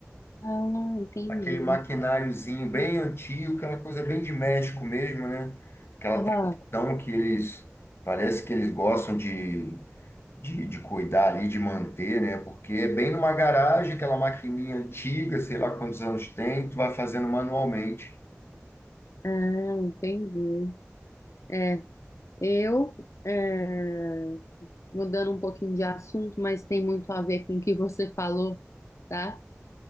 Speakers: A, on the left (about 85°); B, on the left (about 55°).
A: Ah, entendi.
B: Aquele maquináriozinho bem antigo, aquela coisa bem de México mesmo, né? Aquela
A: Aham.
B: tradição que eles, parece que eles gostam de de, de cuidar ali, de manter, né? Porque é bem numa garagem, aquela maquininha antiga, sei lá quantos anos tem, tu vai fazendo manualmente.
A: Ah, entendi. É, eu, é, mudando um pouquinho de assunto, mas tem muito a ver com o que você falou, tá?